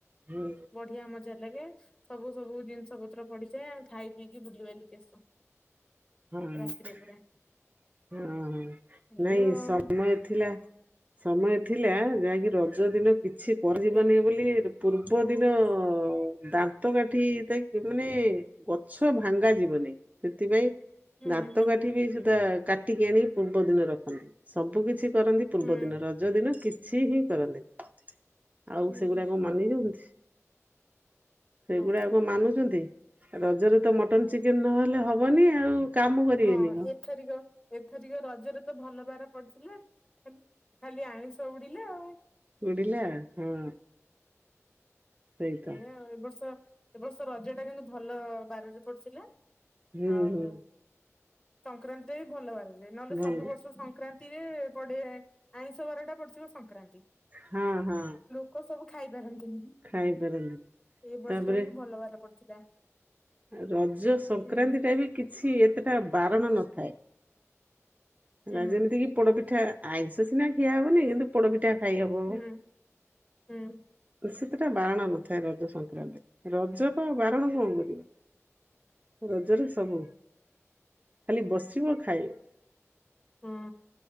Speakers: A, on the right (about 30°); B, on the left (about 15°).
A: ହୁଁ।
B: ବଢିଆ ମଜା ଲାଗେ ସବୁ ସବୁ ଜିନିଷ ପତ୍ର ପଡିିଥାଏ ଆମେ ଖାଇ ପିଇକି ବୁଲିିବାଲିକି ଆସୁ।
A: ହଁ ହଁ
B: ରାତିରେ ପୁରା
A: ହଁ
B: ଏଇ
A: ନାଇଁ
B: ଆଉ
A: ସମୟ ଥିଲା ସମୟ ଥିଲା ଯାହାକି ରଜ ଦିନ କିଛି କରିଯିବନି
B: ଆଜ୍ଞା
A: ବୋଲି ପୂର୍ବ ଦିନ ଦାନ୍ତ କାଠି ତାକି ମାନେ ଗଛ ଭାଙ୍ଗା ଯିବନେଇ ସେଥିପାଇଁ
B: ହୁଁ
A: ଦାନ୍ତ
B: ହୁଁ
A: କାଠି ବି ସୁଧା କାଟିକି ଆଣିକି ପୂର୍ବ ଦିନ ରଖନ୍ତି ସବୁ କିଛି କରନ୍ତି ପୂର୍ବ
B: ହୁଁ
A: ଦିନ ରଜ ଦିନ କିଛି ହିଁ କରନ୍ତିନି ଆଉ
B: ହୁଁ
A: ସେଗୁଡାକ ମନେ ରହୁଚି। ସେଗୁଡା
B: ହଁ
A: ଆଉ କଣ ମାନୁଛନ୍ତି ରଜରେ ତ ମଟନ ଚିକେନ ନହେଲେ ହବନି ଆଉ। କାମ କରିବେନି
B: ହଁ
A: କଣ?
B: ଏଥରିକ ଏଥରିକ ରଜରେ ତ ଭଲ ବାର ପଡିଥିଲା। ଖାଲି ଆଇଁଷ ଉଡିଲା ଆଉ।
A: ଉଡିଲା ହଁ। ସେଇ ତ
B: ଏଇଆ ଆଉ ଏ ବର୍ଷ ଏ ବର୍ଷ ରଜ ଟା କିନ୍ତୁ ଭଲ ବାରରେ ପଡିଥିଲା।
A: ହୁଁ
B: ଆଉ
A: ହୁଁ
B: ସଂକ୍ରାନ୍ତିଟା ବି ଭଲ ବାରରେ ନହେଲେ
A: ଭଲ
B: ସବୁ ବର୍ଷ ସଂ ସଂକ୍ରାନ୍ତି ରେ ପଡେ ଆଇଁଷ ବାରଟା ପଡିଥିବ ସଂକ୍ରାନ୍ତି
A: ହଁ ହଁ।
B: ଲୋକ ସବୁ ଖାଇପାରନ୍ତିନି ହି।
A: ଖାଇପାରନ୍ତିନି।
B: ଏଇ ବର୍ଷ
A: ତାପରେ
B: ଟା କିନ୍ତୁ ଭଲ ବାର ପଡିଥିଲା।
A: ରଜ ସଂକ୍ରାନ୍ତି
B: ହୁଁ
A: ଟା ବି କିଛି ଏତେଟା ବାରଣ ନଥାଏ। ହେଲା
B: ହୁଁ
A: ଯେମିତି କିି ପୋଡପିଠା ଆଇଁଷ ସିନା ଖିଆ ହବନି କିନ୍ତୁ ପୋଡପିଠା ଖାଇହବ।
B: ହୁଁ ହୁଁ।
A: ସେତଟା ବାରଣ ନଥାଏ ରଜ ସଂକ୍ରାନ୍ତିରେ ରଜପା ଆଉ ବାରଣ
B: ହୁଁ
A: କଣ କରିବ। ରଜରେ ସବୁ ଖାଲି ବସିବ ଖାଇବ।
B: ହଁ